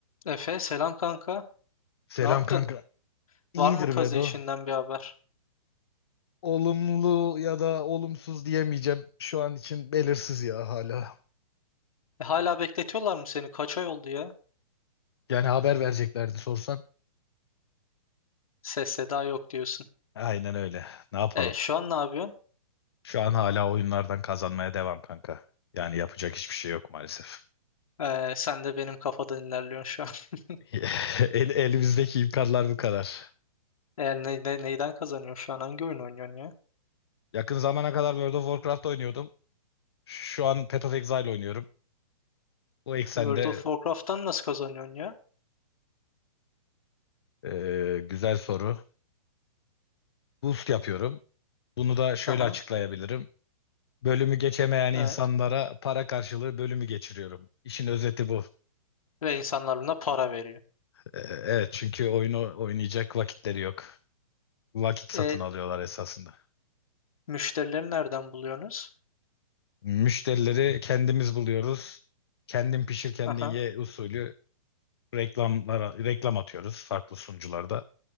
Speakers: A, on the left; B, on the left.
A: Efe selam kanka.
B: Selam
A: Ne yaptın?
B: kanka. İyidir
A: Var mı kazı
B: Bedo.
A: işinden bir haber?
B: Olumlu ya da olumsuz diyemeyeceğim. Şu an için belirsiz ya hala.
A: E, hala bekletiyorlar mı seni? Kaç ay oldu ya?
B: Yani haber vereceklerdi sorsan.
A: Ses seda yok diyorsun.
B: Aynen öyle. Ne yapalım?
A: E, şu an ne yapıyorsun?
B: Şu an hala oyunlardan kazanmaya devam kanka. Yani yapacak hiçbir şey yok maalesef.
A: E, sen de benim kafadan ilerliyorsun şu an. <laughs>
B: <laughs> El, elimizdeki imkanlar bu kadar.
A: E, ne, ne- neyden kazanıyorsun şu an? Hangi oyun oynuyorsun ya?
B: Yakın zamana kadar World of Warcraft oynuyordum. Şu an Path of Exile oynuyorum. Bu eksende
A: World of Warcraft'tan nasıl kazanıyorsun ya?
B: e, güzel soru. Boost yapıyorum. Bunu da şöyle
A: Aha,
B: açıklayabilirim. Bölümü geçemeyen
A: evet.
B: insanlara para karşılığı bölümü geçiriyorum. İşin özeti bu.
A: Ve insanlar buna para veriyor.
B: Ee, evet çünkü oyunu oynayacak vakitleri yok. Vakit satın
A: E,
B: alıyorlar esasında.
A: müşterileri nereden buluyorsunuz?
B: Müşterileri kendimiz buluyoruz. Kendin pişir kendin
A: Aha,
B: ye usulü reklamlara reklam atıyoruz farklı sunucularda.